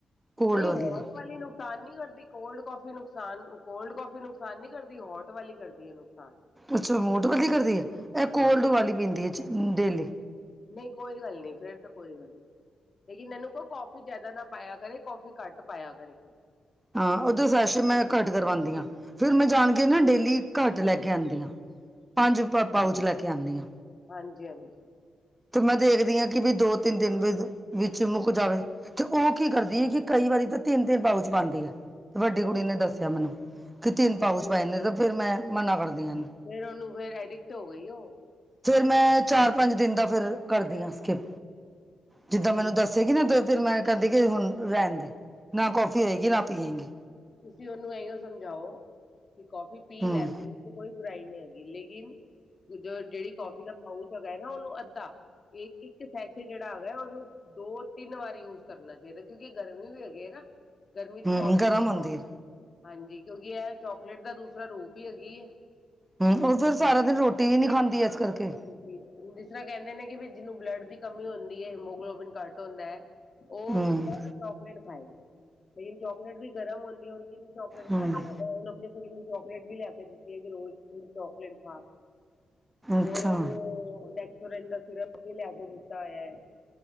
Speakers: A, on the right; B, on the left.
A: ਕੋਲਡ
B: ਨਈ ਹੋਟ
A: ਦਾ
B: ਵਾਲੀ ਨੂੰ ਨੁਕਸਾਨ ਨੀ ਕਰਦੀ, ਕੋਲਡ ਕੌਫੀ ਨੁਕਸਾਨ ਕੋਲਡ ਕੌਫੀ ਨੁਕਸਾਨ ਨੀ ਕਰਦੀ, ਹੋਟ ਵਾਲੀ ਕਰਦੀ ਹੈ ਨੁਕਸਾਨ।
A: ਅੱਛਾ ਹੋਟ ਵਾਲੀ ਕਰਦੀ ਹੈ ਇਹ
B: ਹਾਂਜੀ
A: ਕੋਲਡ ਵਾਲੀ ਪੀਂਦੀ ਹੈ ਡੇਲੀ।
B: ਨਹੀਂ ਕੋਈ ਗੱਲ ਨਹੀਂ, ਫੇਰ ਤਾਂ ਕੋਈ ਗੱਲ ਨਹੀਂ। ਲੇਕਿਨ ਮੈਨੂੰ ਕਹੋ, ਕੌਫੀ ਜ਼ਿਆਦਾ ਨਾ ਪਾਇਆ ਕਰੇ ਕੌਫੀ ਘੱਟ ਪਾਇਆ ਕਰੇ।
A: ਹਾਂ, ਉਦੋਂ ਸੈਸ਼ਨ ਮੈਂ ਘੱਟ ਕਰਵਾਉਂਦੀ ਹਾਂ, ਫਿਰ ਮੈਂ ਜਾਣ ਕੇ ਨਾ ਡੇਲੀ ਘੱਟ ਲੈ ਕੇ ਆਉਂਦੀਆਂ ਪੰਜਪਾਊਚ
B: ਹਾਂਜੀ
A: ਲੈ ਕੇ ਆਉਂਦੀਆਂ।
B: ਹਾਂਜੀ -ਹਾਂਜੀ।
A: ਤੇ ਮੈਂ ਦੇਖਦੀ ਹਾਂ, ਕਿ ਵੀ ਦੋ ਤਿੰਨ, ਦਿਨ ਵਿੱਚ ਮੁੱਕ ਜਾਵੇ। ਤੇ ਉਹ ਕੀ ਕਰਦੀ ਹੈ, ਕਿ ਕਈ ਵਾਰੀ ਤਾਂ ਤਿੰਨ- ਤਿੰਨ ਪਾਊ ਚ ਪਾਉਂਦੀ ਹੈ ਵੱਡੀ ਕੁੜੀ ਨੇ ਦੱਸਿਆ ਮੈਨੂੰ। ਕਿ ਤਿੰਨ ਪਾਊਚ
B: ਨਹੀਂ
A: ਪਾਏ
B: ਨਹੀਂ
A: ਨੇ, ਤੇ ਫਿਰ ਮੈਂ ਮਨਾ ਕਰਦੀ ਇਹਨੂੰ-
B: ਫੇਰ ਉਹਨੂੰ ਫੇਰ ਐਡਿਕਟ ਹੋ ਗਈ ਉਹ
A: ਫਿਰ ਮੈਂ ਚਾਰ-ਪੰਜ ਦਿਨ ਦਾ ਫਿਰ ਕਰਦੀ ਆ ਸਕਿਪ। ਜਿੱਦਾਂ
B: ਨਹੀਂ
A: ਮੈਨੂੰ
B: ਨਹੀਂ
A: ਦੱਸੇਗੀ ਨਾ ਤੇ ਫਿਰ ਮੈਂ ਕਹਿੰਦੀ ਕਿ ਹੁਣ ਰਹਿਣ ਦੇ ਨਾ ਕੋਫੀ ਹੋਏਗੀ ਨਾ ਪੀਏਂਗੀ।
B: ਤੁਸੀਂ ਉਹਨੂੰ ਐਇਓ ਸਮਝਾਓ ਕਿ ਕੌਫੀ ਪੀ
A: ਹੂੰ
B: ਲੈ ਪੀਨ ਚ ਕੋਈ ਬੁਰਾਈ ਨੀ ਹੈਗੀ ਲੇਕਿਨ ਦ ਜਿਹੜੀ ਕੌਫੀ ਦਾ ਪਾਊਚ ਹੈਗਾ ਹੈ ਨਾ ਉਹਨੂੰ ਅੱਧਾ ਇੱਕ ਸੈਸ਼ੇ ਜਿਹੜਾ ਹੈਗਾ ਉਹਨੂੰ ਦੋ ਤਿੰਨ ਵਾਰ ਯੂਜ ਕਰਨਾ ਚਾਈਦਾ ਕਿਉਂਕਿ ਗਰਮੀ ਵੀ ਹੈਗੀ ਹੈ ਨਾ। ਗਰਮੀ ਚ
A: ਹੂੰ
B: ਕਾਫੀ
A: ਗਰਮ ਹੁੰਦੀ ਏ।
B: ਹਾਂਜੀ, ਕਿਉਂਕਿ ਇਹ ਚੋਕਲੇਟ ਦਾ ਦੂਸਰਾ ਰੂਪ ਈ ਹੈਗੀ ਏ।
A: ਹੂੰ ਉਹ ਫਿਰ ਸਾਰਾ ਦਿਨ ਰੋਟੀ ਵੀ ਨੀ ਖਾਂਦੀ ਇਸ ਕਰਕੇ।
B: ਹਾਂਜੀ ਜਿਸ ਤਰਾਂ ਕਹਿੰਦੇ ਨੇ ਕਿ ਵੀ ਜਿਹਨੂੰ ਬਲੱਡ ਦੀ ਕਮੀ ਹੁੰਦੀ ਐ, ਹੀਮੋਗਲੋਬਿਨ ਘੱਟ ਹੁੰਦਾ ਐ ਉਹ
A: ਹੂੰ
B: ਬੰਦਾ ਚਾਕਲੇਟ ਖਾਏ ਲੇਕਿਨ ਚਾਕਲੇਟ ਵੀ ਗਰਮ ਹੁੰਦੀ ਹੁਨ ਕਿੰਨੀ ਚੋਕਲੇਟ
A: ਹੂੰ
B: ਖਾ ਲੇਗਾ ਨਾ, ਹੁਣ ਅਪਣੀ ਕੁੜੀ ਨੂੰ ਚੋਕਲੇਟ ਵੀ ਲੈ ਕੇ ਦਿੱਤੀ ਐ, ਰੋਜ਼ ਥੋੜੀ ਚੋਕਲੇਟ ਖਾ
A: ਅੱਛਾ
B: ਹੋਰ ਉਹਨੂੰ ਡੈਕਸੋਰੈਨ ਦਾ ਸਿਰਪ ਵੀ ਲਿਆ ਕੇ ਦਿੱਤਾ ਹੋਇਆ ਐ।